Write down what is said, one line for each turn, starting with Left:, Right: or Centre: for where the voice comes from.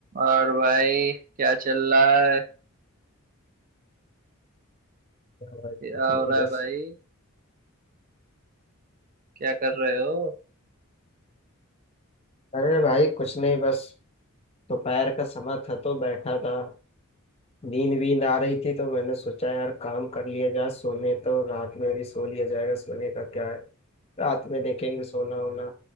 Right: और भाई क्या चल रहा है
Left: क्या भाई
Right: क्या
Left: कुछ नहीं
Right: हो रहा
Left: बस
Right: है भाई क्या कर रहे हो
Left: अरे भाई कुछ नहीं बस दोपहर का समय था तो बैठा था नींद वींद आ रही थी तो मैंने सोचा यार काम कर लिया जाए सोने तो रात में भी सो लिया जाएगा सोने का क्या है रात में देखेंगे सोना होना